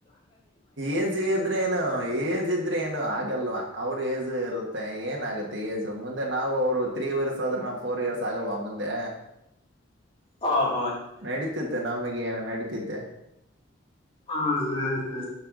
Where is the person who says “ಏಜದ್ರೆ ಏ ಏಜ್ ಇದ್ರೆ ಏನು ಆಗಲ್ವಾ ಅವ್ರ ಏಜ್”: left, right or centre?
Right